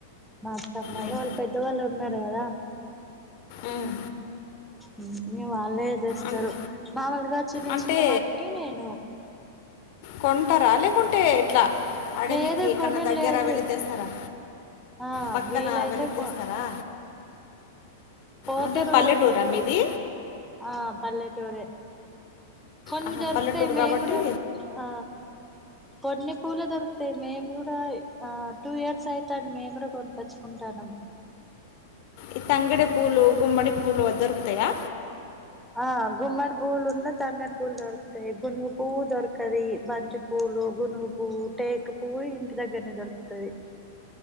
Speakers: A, in the centre; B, on the left.
A: మా అత్తమ్మయి
B: ఉమ్.
A: వాళ్ళు పెద్దవాళ్ళు ఉన్నారు కదా
B: మ్మ్.
A: ఉమ్ ఇంగ వాళ్ళే చేస్తారు
B: అం-
A: మామూలుగా చిన్న
B: అంటే
A: చిన్న వాటికి నేను
B: కొంటారా లేకుంటే ఎట్లా అడవికి
A: లేదు
B: ఎక్కడన్నా
A: కొనుడు
B: దగ్గర
A: లేదు
B: వెళ్ళి తెస్తారా
A: ఆ
B: పక్కన
A: వీలైతే
B: వెళ్ళి తెస్తారా
A: ఉ పోతారు
B: అంటే పల్లెటూరా
A: రెండు మూడు రోజులు
B: మీది
A: ఆ పల్లెకు టోరే కొన్ని
B: ఆహా,
A: దొరుకుతాయి
B: పల్లెటూరు
A: మేము
B: కాబట్టి
A: కూడా ఆ కొన్ని పూలు దొరుకుతాయి మేము కూడా ఆ టూ ఇయర్స్ అయితాంది మేము కూడా కొనిక్కొచ్చుకుంటాన్నమ్
B: ఈ తంగడి పూలు గుమ్మడి పూలు దొరుకుతాయా
A: ఆ గుమ్మడి పువ్వులు ఉన్న తంగడి పువ్లు దొరుకుతాయి గునుగు పువ్వు దొరకది బంతి పూలు గునుగు పువ్వు టేక పువ్వు ఇంటి దగ్గరనే దొరుకుతది